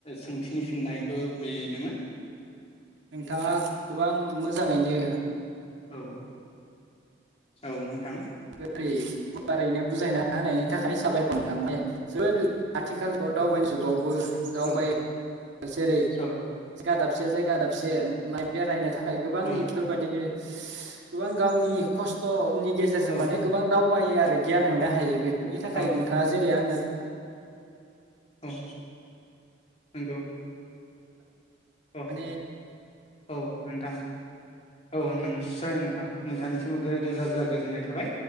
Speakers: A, on the left; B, on the right.
A: सोंथिनि फिननायखो बेनोमोन ।
B: नोंथांङा गोबां मोजांङैनो
A: औ औ नोंथां
B: ओरै गुवारैनो बुजायना होनायनि थाखाय साबायखर नोंथां ने सोर आथिखाल <unintelligible>
A: औ
B: दावबायनाय जुगावबो दावबाय
A: औ
B: जेरै जायगा
A: औ
B: दाबसे जायगा दाबसे माय बेरायनो था खाय गोबां
A: औ
B: इफोरबायदिनो गोबां गावनि खस्थ अ नि गेजेरजों
A: औ औ
B: माने गोबां दा दावबायो आरो गियान मोननो हायो बे बेनि थाखाय
A: औ
B: नोंथांङा जेरै आंनो
A: अ नोंगो <unintelligible>
B: माने
A: औ नोंथां औ <unintelligible> नोंथां नोंथांनि <unintelligible> रोजा रोजा गोजोननाय थाबाय